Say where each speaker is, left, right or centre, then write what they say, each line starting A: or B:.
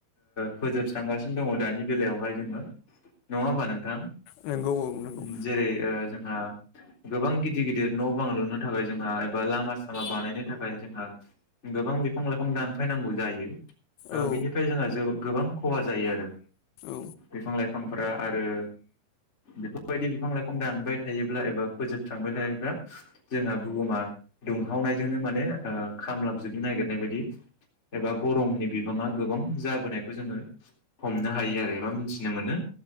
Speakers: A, on the left; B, on the left.
A: फोजोबस्रांगासिनो दङ दानि बेलायावहाय जोङो नङा होमबा नोंथां?
B: नंगौ औ नंगौ
A: जेरै जोंहा गोबां गिदिर गिदिर न' बांलुनो थाखाय जोंहा एबा लामा सामा बानायनो थाखाय जोंहा गोबां बिफां लाइफां दानफायनांगौ जायो।
B: औ
A: बिनिफ्राय जोंहा ज गोबां खहा जायो आरो
B: औ
A: बिफां लाइफां आरो बेफोरबायदि बिफां लाइफां दानबाय थायोब्ला एबा फोजोब्रांबाय थायोब्ला जोंहा बुहुमा दुंहावनाय जोंनो मे खामलाबजोबनो नागिरनाय बायदि एबा गरमनि बिबाङा गोबां जाबोनायखौ जोङो हमनो हायो आरो एबा मिथिनो मोनो